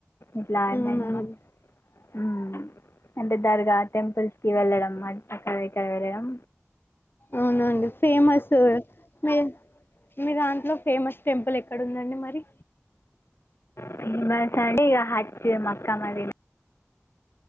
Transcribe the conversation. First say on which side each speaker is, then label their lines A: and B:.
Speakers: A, on the left; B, on the left.
A: ఇట్లాయ
B: అవునండి
A: మయినా అ అంటే దర్గా టెంపుల్స్ కి వెళ్ళడంమా అక్కర ఇక్కర విరయం
B: అవునండి ఫేమస్ మీ మీ దాంట్లో ఫేమస్ టెంపుల్ ఎక్కడ ఉందండి మరి
A: ప్రిమ్ మాస అండి ఇక హచ్చ్ మక్కా మదీనా